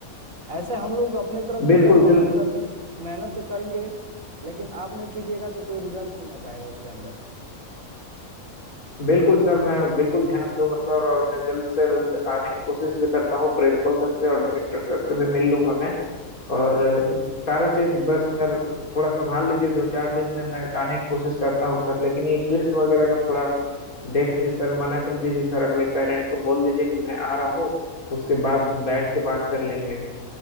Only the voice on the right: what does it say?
ऐसे हम लोग अपने तरफ से
केवल मेहनत
करने मेहनत तो करेंगे लेकिन आप नहीं कीजिएगा तो कोई रिजल्ट नहीं आ पाएगा उसके अंदर